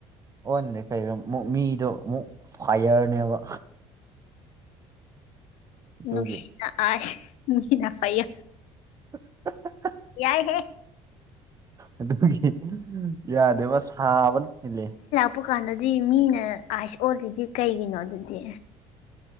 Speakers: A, on the right (about 30°); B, on the left (about 70°).
A: ꯑꯣꯟꯗꯦ ꯀꯩꯩꯅꯣꯛ ꯃꯤꯗꯣ ꯑꯃꯨꯛ ꯐꯥꯏꯌꯔꯅꯦꯕ ꯑꯗꯨꯒꯤ
B: ꯎ ꯅꯁꯤꯅꯥ ꯑꯁ ꯃꯅꯥ ꯐꯩꯌꯥ
A: <inaudible>
B: ꯌꯥꯏ ꯍꯦ
A: ꯑꯗꯨꯒꯤ ꯌꯥꯗꯦꯕ ꯁꯥꯕꯅ ꯍꯤꯂꯦ
B: ꯍꯥꯄ ꯀꯥꯟꯗꯗꯤ ꯃꯤꯅ ꯑꯥꯏꯁ ꯑꯣꯜꯂꯤꯗꯤ ꯀꯩꯒꯤꯅꯣ ꯑꯗꯨꯗꯤ